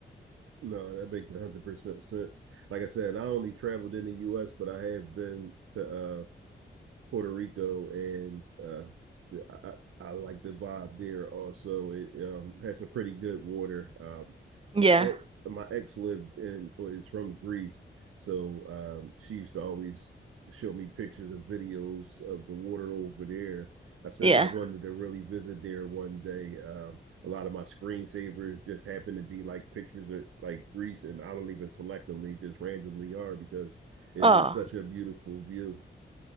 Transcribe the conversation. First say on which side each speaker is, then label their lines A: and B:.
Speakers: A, on the right (about 80°); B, on the right (about 25°).
A: No, that makes one hundred percent sense. Like I said, I only traveled in the US, but I have been to uh Puerto Rico, and uh, I, I I like the vibe there. Also, it um, has some pretty good water. Um,
B: Yeah,
A: my ex my ex lived in or is from Greece, so um, she used to always show me pictures and videos of the water over there. I said
B: yeah.
A: I wanted to really visit there one day. Um, a lot of my screensavers just happen to be like pictures of like Greece, and I don't even select them; they just randomly are because it
B: Oh.
A: is such a beautiful view.